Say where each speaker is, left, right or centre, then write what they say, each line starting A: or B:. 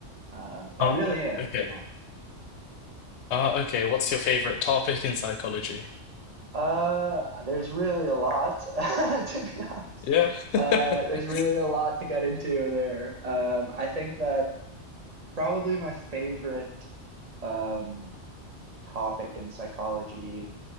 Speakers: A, on the right; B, on the left.
A: Um, I
B: Oh,
A: really am,
B: okay.
A: to be honest.
B: Ah, okay. What's your favorite topic in psychology?
A: Uh, there's really a lot, <laughs> to be honest.
B: Yeah. <laughs>
A: Uh, there's really a lot to get into there. Um, I think that. Probably my favorite um, topic in psychology,